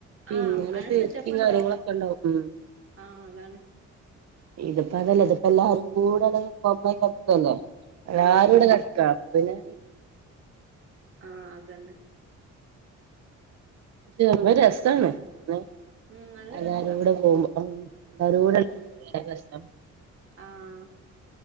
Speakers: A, on the right; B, on the right.
A: പിന്നങ്ങനെ
B: ആഹ് അയിന്
A: സേഫ്റ്റി
B: സെറ്റപ്പ് ഉണ്ടാവും
A: കാര്യങ്ങളൊക്കെ ണ്ടാവും ഉം
B: ആഹ് അതാണ്
A: ഇതിപ്പോ അതല്ല ഇതിപ്പോ എല്ലാരു കൂടങ് കൊമ്പായി കട്ക്കല്ലേ എല്ലാരുടെ
B: ആഹ്
A: കട്ക്കാ ല്ലേ
B: ആഹ് അതന്നെ
A: പക്ഷെ സംഭവം രസാണ് <unintelligible>
B: ഉം നല്ല
A: എല്ലാരുകൂടെ
B: രസാ
A: പോ എല്ലര എല്ലാരുകൂടെ
B: ഉം
A: ണ്ടാവുമ്പോ വേറെ രസാണ്
B: ആഹ്